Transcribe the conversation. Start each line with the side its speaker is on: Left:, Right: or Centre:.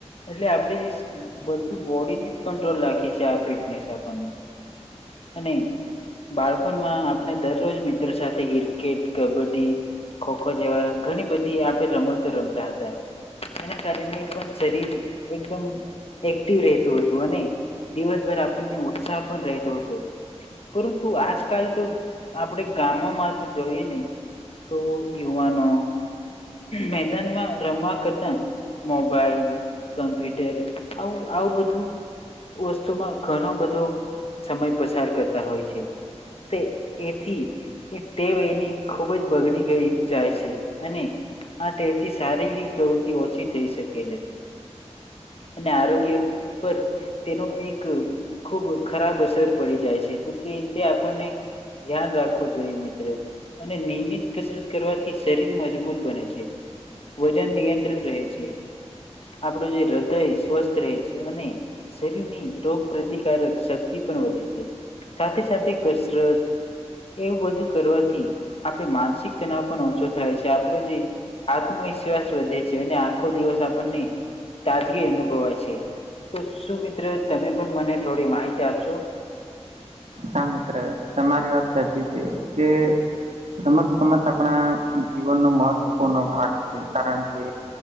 Left: એટલે આપડી બધી બોડી ને જ કંટ્રોલ રાખી છે આ ફિટનેસ આપણને અને બાળપણમાં આપણે દરરોજ મિત્રો સાથે ક્રિકેટ, કબડ્ડી, ખો-ખો જેવા ઘણી બધી આપે રમતો રમતા હતા. એના કારણે પણ શરીર એકદમ એક્ટિવ રહેતું હતું, અને દિવસભર આપણને ઉત્સાહ પણ રહેતો હતો તો આજકાલ તો આપડે ગામોમાં તો જોઈએ નહિ તો યુવાનો મેદાનમાં રમવા કરતા મોબાઈલ, કમ્પ્યુટર આવું આવું બધું વસ્તુમાં ઘણો બધો સમય પસાર કરતા હોય છે તે એથી ટેવ એની ખૂબ જ બગડી ગઈ જાય છે, અને હા ટેવથી શારીરિક પ્રવૃત્તિ ઓછી થઈ શકે છે અને આરોગ્ય પર તેનો એક ખૂબ ખરાબ અસર પડી જાય છે, તો તે રીતે આપણને ધ્યાન રાખવું જોઈએ મિત્ર અને નિયમિત કસરત કરવાથી શરીર મજબૂત બને છે. વજન નિયંત્રિત રહે છે, આપણું જે હૃદય સ્વસ્થ રહે છે, અને શરીરની રોગ પ્રતિકારક શક્તિ પણ વધે છે, સાથે છતી કસરત એવું બધું કરવાથી આપણે માનસિક તનાઉ ભી ઓછો થાય છે, આપણો જે આત્મવિશ્વાસ વધે છે, અને આખો દિવસ આપણને તાજગી અનુભવાય છે. તો શું મિત્ર તમે પણ મને થોડી માહિતી આપશો?
Right: હા મિત્ર તમારી વાત સાચી છે કે રમત ગમત આપણા જીવનનો મહત્વપૂર્ણ ભાગ છે, કારણ કે